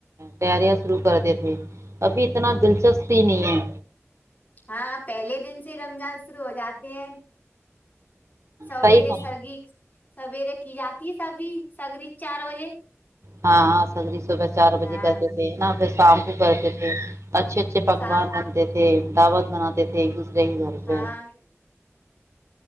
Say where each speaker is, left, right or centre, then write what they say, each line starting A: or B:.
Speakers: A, on the right; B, on the left.
A: تیاریاں شروع کر دی تھ ہی ابھی اتنا دلچسپی نہیں ہے
B: ہاں پہلے دن سے رمضان شروع ہو جاتے ہیں سویر
A: صحیح
B: سگی سویرے کی جاتی ہے سبری سگری چار بجے
A: ہاں ہاں سدری صبح چار بجے
B: ہاں
A: کرتے ہیں نا پھر کام بھی کرتے تھے اچھے اچھے پکوان
B: شام
A: آ تھ تھ دعوت بناتے تھے ج مر پ
B: ہاں